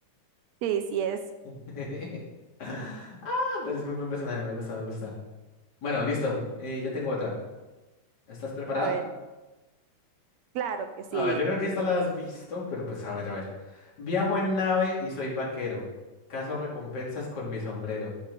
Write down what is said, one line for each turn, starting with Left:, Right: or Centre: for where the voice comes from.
Right: Sí, sí es.
Left: <laughs> Ah, pero es muy buen personaje. Me gusta, me gusta. Bueno, listo. Eh, ya tengo otra. ¿Estás preparada?
Right: A ver, claro que sí.
Left: A ver, yo creo que esta la has visto, pero pues a ver, a ver. Viajo en nave y soy vaquero. Caso recompensas con mi sombrero.